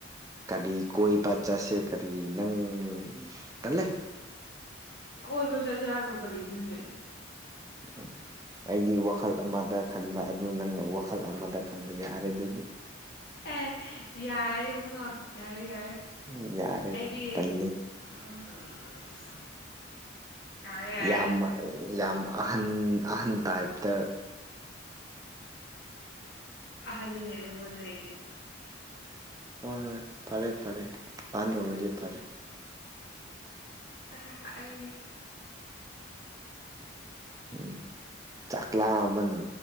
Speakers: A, on the right; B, on the left.
A: ꯀꯔꯤ ꯀꯣꯏꯕ ꯆꯠꯁꯦ ꯀꯔꯤ ꯅꯪ ꯇꯜꯂꯦ
B: ꯀꯣꯏꯕ ꯆꯠꯁꯦ ꯍꯥꯏꯕꯨ ꯀꯔꯤꯅꯣꯅꯦ
A: ꯎꯝ ꯑꯩꯗꯤ ꯋꯥꯈꯜ ꯑꯃꯗ ꯈꯟꯕ ꯑꯗꯨ ꯅꯪꯅ ꯋꯥꯈꯜ ꯑꯃꯗ ꯈꯟꯕ ꯌꯥ ꯔꯦ ꯗꯨꯗꯤ
B: ꯑꯦ ꯌꯥꯔꯦꯏꯕꯨꯨꯡꯉꯣ ꯌꯥꯔꯦ ꯌꯥꯔꯦ
A: ꯎꯝ ꯌꯥꯔꯦ
B: ꯑꯩꯗꯤ
A: ꯇꯜꯂꯦ
B: <unintelligible> ꯌꯥꯔꯦ ꯌꯥꯔꯦ
A: ꯌꯥꯝꯃ ꯌꯥꯝ ꯑꯍꯟ ꯑꯍꯟ ꯇꯥꯏꯞꯇ
B: ꯑꯍꯜꯅꯤꯅꯦ ꯅꯪꯉꯣꯜꯗꯩꯗꯤ
A: ꯍꯣꯏ ꯍꯣꯏ ꯐꯔꯦ ꯐꯔꯦ ꯑꯍꯜ ꯑꯣꯏꯔꯗꯤ ꯐꯔꯦ
B: <unintelligible> ꯑꯩꯅꯤ
A: ꯎꯝ ꯆꯥꯛ ꯂꯥꯝꯕꯅ‌